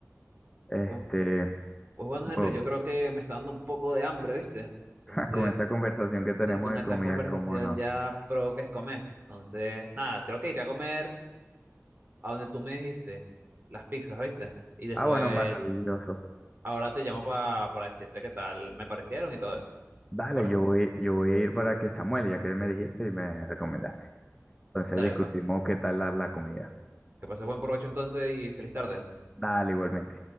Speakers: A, in the centre; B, on the right.
A: este,
B: Pues, pues bueno, Henry,
A: oh,
B: yo creo que me está dando un poco de hambre, ¿viste? Entonces,
A: <laughs> con esta conversación que tenemos
B: Y con
A: de
B: esta
A: comida,
B: conversación
A: cómo no.
B: ya provoques comer. Entonces, nada, creo que iré a comer a donde tú me dijiste, las pizzas, ¿viste? Y después,
A: Ah, bueno, maravilloso.
B: ahora te llamo pa- para decirte qué tal me parecieron y todo eso.
A: Dale,
B: ¿Te parece?
A: yo voy, yo voy a ir para que Samuel, ya que me dijiste y me recomendaste. Entonces
B: Dale,
A: discutimos
B: pues.
A: qué tal la, la comida.
B: Que pases buen provecho entonces y feliz tarde.
A: Dale, igualmente.